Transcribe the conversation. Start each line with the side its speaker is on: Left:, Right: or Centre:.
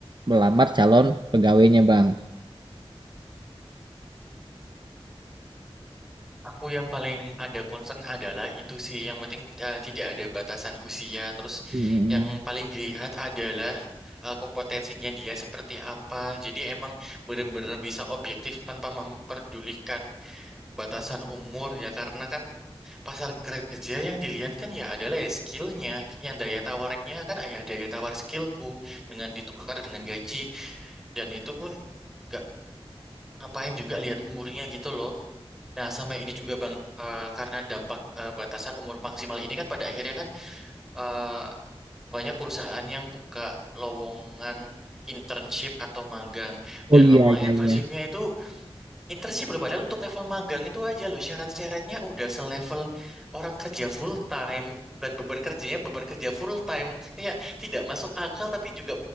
Right: melamar calon pegawainya bang.
Centre: Aku yang paling ada concern adalah itu sih yang penting eh, tidak ada batasan usia. Terus
Right: Hmm.
Centre: yang paling dilihat adalah eh, kompetensinya dia seperti apa. Jadi emang benar-benar bisa objektif tanpa memperdulikan batasan umur ya. Karena kan pasar kerja yang dilihat kan ya adalah ya skillnya, yang daya tawariknya kan ya daya tawar skillku dengan ditukar dengan gaji. Dan itu pun nggak ngapain juga lihat umurnya gitu loh. Nah, sama ini juga Bang, eh, karena dampak eh, batasan umur maksimal ini kan pada akhirnya kan eh, banyak perusahaan yang buka lowongan internship atau magang. Dan
Right: Oh iya
Centre: lowongan
Right: iya
Centre: internshipnya
Right: iya.
Centre: itu internship loh, padahal untuk level magang itu aja loh syarat-syaratnya udah selevel orang kerja full time dan beban kerjanya beban kerja full time. Kayak tidak masuk akal tapi juga